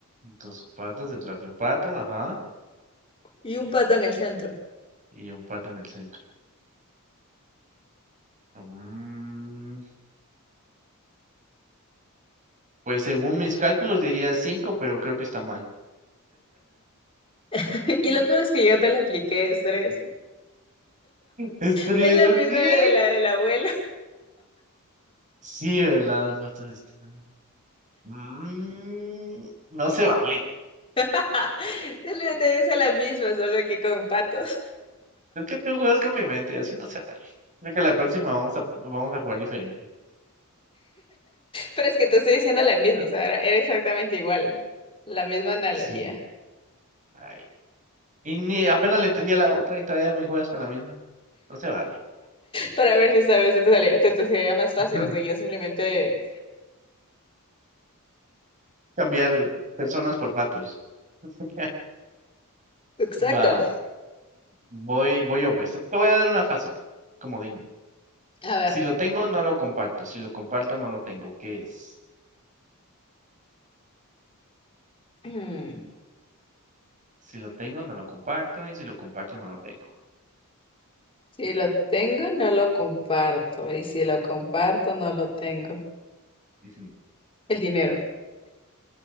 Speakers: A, on the right (about 35°); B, on the left (about 25°).
A: Dos patas detrás de un pato, ajá.
B: y un pato en el centro.
A: Y un pato en el centro. Mm, pues según mis cálculos diría cinco, pero creo que está mal.
B: <laughs> Y
A: <laughs>
B: lo peor es que yo te la apliqué estrés.
A: Es tres,
B: Es la
A: ¿por
B: misma
A: qué?
B: de la de la abuela.
A: Sí, ¿verdad? Los patos están- Mm, no se vale.
B: <laughs> Te, le- te dice la misma, solo que con patos.
A: Es que tú juegas con mi mente, así no se vale. Creo que la próxima vamos a, vamos a jugar diferente.
B: Pero es que te estoy diciendo la misma, o sea, era, era exactamente igual. La misma analogía.
A: Sí. Ay. Y ni apenas le entendía la otra y todavía me juegas con la misma. No se vale.
B: Para ver si esta vez te, sale- te, te sería más fácil,
A: <laughs>
B: o sea, yo simplemente...
A: Cambiar personas por patos. <laughs>
B: Exacto.
A: Va, voy, voy yo pues. Te voy a dar una fácil, comodín.
B: A ver.
A: Si lo tengo,
B: <clears throat>
A: no lo comparto. Si lo comparto, no lo tengo. ¿Qué es?
B: Mm.
A: Si lo tengo, no lo comparto. Y si lo comparto, no lo tengo.
B: Si lo tengo, no lo comparto. Y si lo comparto, no lo tengo.
A: Ujú.
B: El dinero.